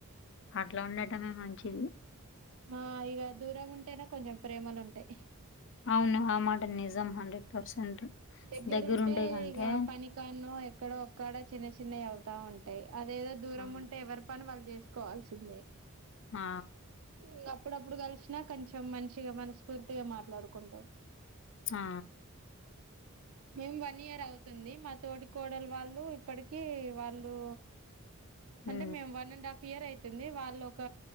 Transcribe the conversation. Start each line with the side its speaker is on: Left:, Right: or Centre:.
Left: అట్లా ఉండటమే మంచిది
Right: మా ఇగ దూరం ఉంటేనే కొంచెం ప్రేమలు ఉంటాయి
Left: అవును ఆ మాట నిజం హండ్రెడ్ పర్సెంట్
Right: దగ్గరుంటే
Left: దగ్గరుండే కంటే
Right: ఇగ పనిక్ ఎక్కన్నో ఎక్కడో ఒక్కడ చిన్న చిన్నవి అవుతా ఉంటాయి అదేదో దూరం
Left: ఆ
Right: ఉంటే ఎవరు పని వాళ్ళు చేసుకోవాల్సిందే
Left: హా
Right: ఇంగ అప్పుడప్పుడు కలిసినా కొంచెం మంచిగా మనస్ఫూర్తిగా మాట్లాడుకుంటాం
Left: హా
Right: మేం వన్ ఇయర్ అవుతుంది మా తోటి కోడలు వాళ్ళు ఇప్పటికి వాళ్ళు
Left: ఉ
Right: అంటే మేము వన్ అండ్ హాఫ్ ఇయర్ అయితుంది వాళ్ళు ఒక